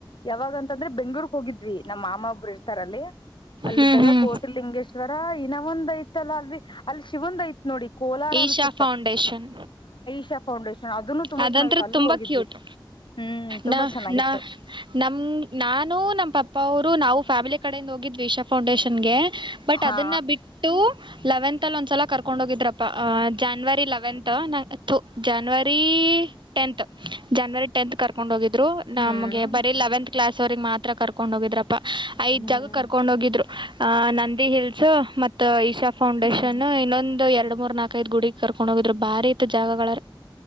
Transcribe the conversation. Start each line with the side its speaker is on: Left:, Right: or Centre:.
Left: ಯಾವಾಗ ಅಂತಂದ್ರೆ ಬೆಂಗ್ಳೂಕ್ ಹೋಗಿದ್ವಿ ನಮ್ಮ ಮಾಮ ಒಬ್ಬರು ಇರ್ತಾರ ಅಲ್ಲಿ. ಅಲ್ಲಿದ್ದಾಗ
Right: ಹ್ಮ್ ಹ್ಮ್
Left: ಕೋಟಿಲಿಂಗೇಶ್ವರ ಇನ ಒಂದ್ ಐತಲ್ಲ ಅಲ್ ಅಲ್ಲಿ ಶಿವಂದ್ ಐತ್ ನೋಡಿ ಕೋಲ್. <unintelligible>
Right: ಈಶಾ ಫೌಂಡೇಶನ್.
Left: ಈಶ ಫೌಂಡೇಶನ್. ಅದನ್ನು ತುಂಬಾ
Right: ಅದಂತದ
Left: ಚೆನ್ನಾಗಿತ್ತು ಅಲ್ಲೂ
Right: ತುಂಬಾ
Left: ಹೋಗಿದ್ವಿ
Right: ಕ್ಯೂಟ್
Left: ಹ್ಮ್ ತುಂಬಾ
Right: ನ
Left: ಚೆನ್ನಾಗಿತ್ತು
Right: ನ ನಮ್ ನಾ. ನಾನು ನಮ್ಮ ಪಪ್ಪ. ನಾವು ಫ್ಯಾಮಿಲಿ ಕಡಿಂದ ಹೋಗಿದ್ವಿ ವಿಶಾ ಫೌಂಡೇಶನ್ ಗೆ ಬಟ್
Left: ಹಾ
Right: ಅದನ್ನ ಬಿಟ್ಟು. ಲೆವೆಂತ್ ಅಲ್ಲಿ ಒಂದ್ಸಲ ಕರ್ಕೊಂಡ್ ಹೋಗಿದ್ರಪ್ಪ ಜಾನ್ವರಿ ಲೆವೆಂತ್ ನ ಜನ್ವರಿ. ಟಂತ್ ಜನ್ವರಿ ಟೆಂತ್ ಕರ್ಕೊಂಡ್ ಹೋಗಿದ್ರು
Left: ಹ್ಮ್
Right: ನಮ್ಗೆ ಬರೀ ಲೆವೆಂತ್. ಕ್ಲಾಸ್ ಅವರೆಗ್ ಮಾತ್ರ ಕರ್ಕೊಂಡ್ ಹೋಗಿದ್ರಪ್ಪಾ ಐದ್
Left: ಹ್ಮ್
Right: ಜಾಗ ಕರ್ಕೊಂಡ್ ಹೋಗಿದ್ರು. ಅ ನಂದಿ ಹಿಲ್ಸ್ ಮತ್ತ ಇಶಾ ಫೌಂಡೇಶನ್
Left: ಹ್ಮ್
Right: ಇನ್ನೊಂದು ಎರಡು. ಮೂರ್ ನಾಲ್ಕೈದು ಗುಡ ಕರ್ಕೊಂಡ್ ಹೋಗಿದ್ರು ಬಾರಿ ತ ಜಾಗಗಳಾರ